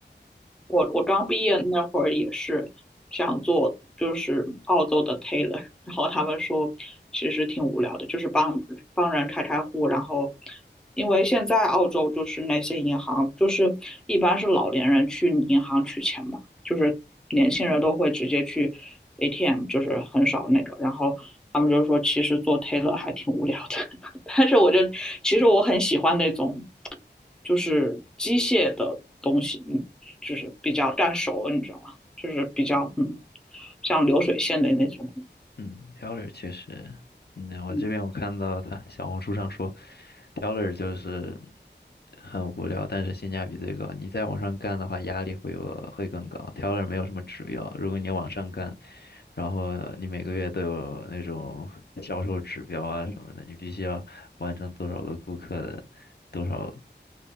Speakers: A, in the centre; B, on the left.
A: 我我刚毕业那会儿也是想做，就是澳洲的 tailor，<laughs> 然后他们说其实挺无聊的，就是帮帮人开开户，然后因为现在澳洲就是那些银行，就是一般是老年人去银行取钱嘛，就是年轻人都会直接去 ATM，就是很少那个，然后他们就说其实做 tailor 还挺无聊的，<laughs> 但是我就其实我很喜欢那种就是机械的东西，嗯就是比较干熟了，你知道吗？就是比较嗯，像流水线的那种，
B: 嗯，Teller 确实，嗯，我这边我看到他小红书上说
A: 嗯，
B: ，Teller 就是很无聊，但是性价比最高。你再往上干的话，压力会有会更高。Teller 没有什么指标，如果你往上干，然后你每个月都有那种 <laughs> 销售指标啊什么的，你必须要完成多少个顾客的多少